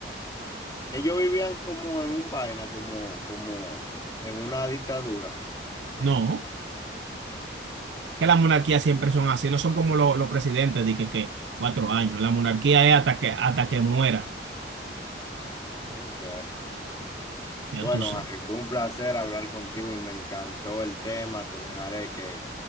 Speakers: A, on the left; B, on the right.
A: ellos vivían como en un vaina, como, como en una dictadura.
B: No, que las monarquías siempre son así, no son como lo- los presidentes, de que, que cuatro años. La monarquía es hasta que, hasta que muera,
A: Ok.
B: ya
A: Bueno,
B: tú sabes.
A: Jair, fue un placer hablar contigo y me encantó el tema. Te dejaré que